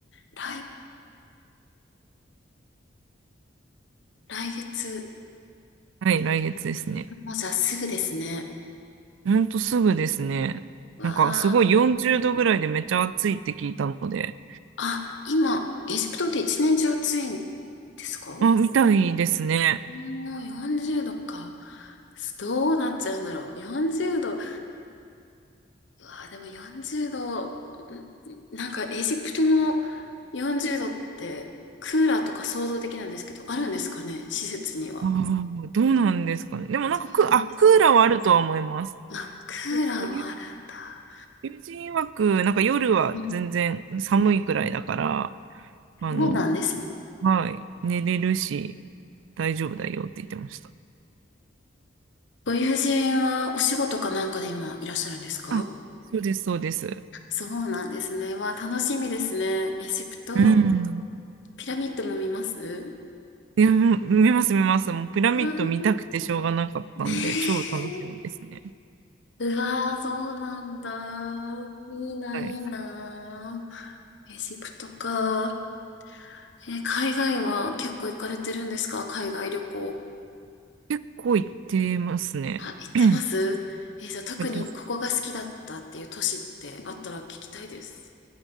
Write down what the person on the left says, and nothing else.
来、来月、
もうじゃあすぐですね。
わあ。
あ、今、エジプトって一年中暑いんですか
もう40度か。どうなっちゃうんだろう。40度。うわあ、でも40度、んなんかエジプトの40度って、クーラーとか想像できないんですけど、あるんですかね、施設には。
そうなんです。
まあ、クーラーはあるんだ。
うん。
そうなんですね。
ご友人はお仕事かなんかで今いらっしゃるんですか
そうなんですね。わあ、楽しみですね。エジプト、
ピラミッドも見ます
ああー、ねえ。
うわあ、そうなんだ。いいな、
いいな。エジプトか。えー海外は結構行かれてるんですか海外旅行。
あ、行ってますえー、
じゃあ特にここが好きだったっていう都市ってあったら聞きたいです。